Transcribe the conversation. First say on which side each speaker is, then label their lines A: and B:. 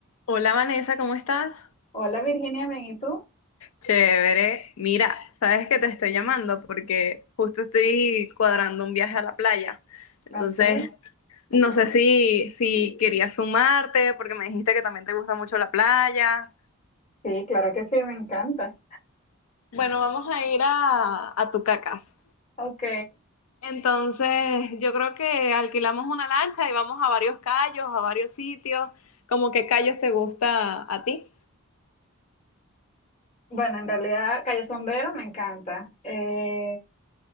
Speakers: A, on the left; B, on the left.
A: Hola Vanessa, ¿cómo estás?
B: Hola Virginia, bien, ¿y tú?
A: Chévere. Mira, sabes que te estoy llamando porque justo estoy cuadrando un viaje a la playa. Entonces,
B: Ok,
A: no sé si, si querías sumarte porque me dijiste que también te gusta mucho la playa.
B: sí, claro que sí, me encanta.
A: Bueno, vamos a ir a, a Tucacas.
B: Ok,
A: Entonces, yo creo que alquilamos una lancha y vamos a varios callos, a varios sitios. ¿Cómo qué callos te gusta a ti?
B: bueno, en realidad Cayo Sombrero me encanta. Eh,